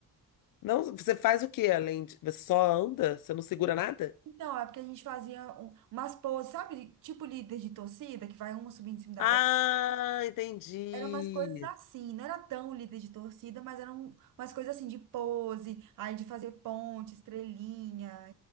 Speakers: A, on the left (about 70°); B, on the right (about 65°).
A: Não, você faz o quê além de. Você só anda? Você não segura nada?
B: Então, é porque a gente fazia um- umas poses, sabe? Tipo líder de torcida, que vai uma subindo em cima da
A: Ah,
B: outra.
A: entendi.
B: Eram umas coisas assim, não era tão líder de torcida, mas eram umas coisas assim de pose, aí de fazer ponte, estrelinha,